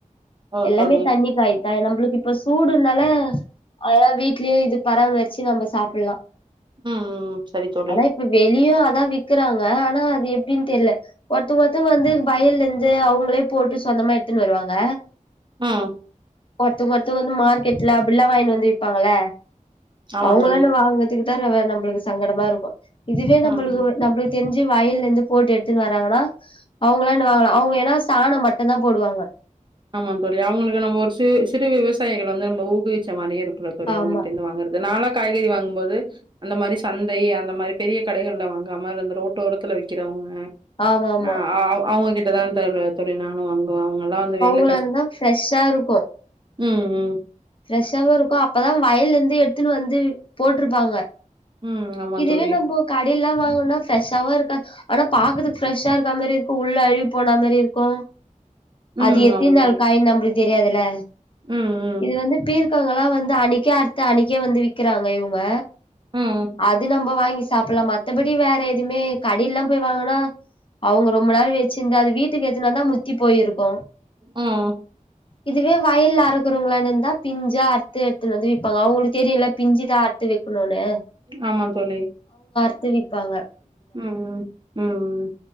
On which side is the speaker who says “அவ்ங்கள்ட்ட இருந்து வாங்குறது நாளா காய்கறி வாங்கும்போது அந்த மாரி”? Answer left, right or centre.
Right